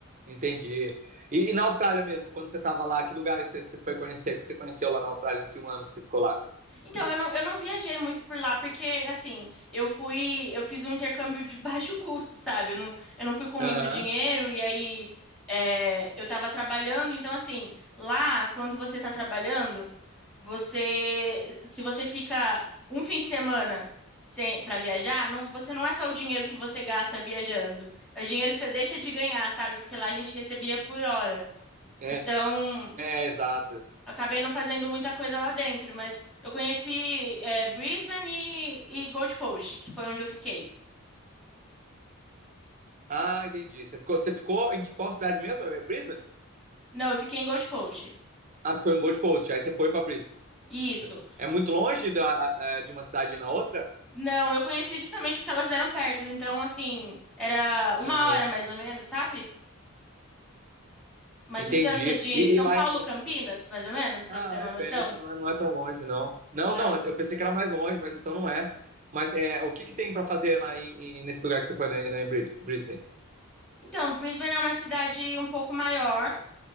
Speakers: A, on the right; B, in the centre.
A: entendi. E, e na Austrália mesmo, quando você tava lá, que lugares você, você foi conhecer, que você conheceu lá na Austrália nesse um ano que você ficou lá?
B: Então, eu não, eu não viajei muito por lá, porque, assim, eu fui, eu fiz um intercâmbio de <laughs> baixo custo, sabe? Eu não, eu não fui com
A: Aham.
B: muito dinheiro, e aí é, eu tava trabalhando, então, assim, lá, quando você tá trabalhando, você, se você fica um fim de semana sem, para viajar, não, você não é só o dinheiro que você gasta viajando, é o dinheiro que você deixa de ganhar, sabe? Porque lá a gente recebia por hora.
A: É,
B: Então,
A: é, exato.
B: Acabei não fazendo muita coisa lá dentro, mas eu conheci é, Brisbane e, e Gold Coast, que foi onde eu fiquei.
A: Ah, entendi. Você ficou, você ficou em que- qual cidade mesmo? É Brisbane?
B: Não, eu fiquei em Gold Coast.
A: as ficou em Gold Coast. Aí você foi para Brisbane.
B: Isso.
A: É muito longe da, é, de uma cidade na outra?
B: Não, eu conheci justamente porque elas eram perto. Então, assim, era uma
A: Aham. Uhum.
B: hora mais ou menos, sabe? Uma
A: Entendi.
B: distância de
A: E,
B: São
A: e lá
B: Paulo,
A: em.
B: Campinas, mais ou menos, para
A: Ah,
B: você ter uma
A: é perto,
B: noção.
A: não é, não é tão longe, não. Não,
B: Não.
A: não, eu pensei que era mais longe, mas então não é. Mas é, o que que tem para fazer lá em, em- nesse lugar que você foi, né, lá em Bris- Brisbane?
B: Então, Brisbane é uma cidade um pouco maior.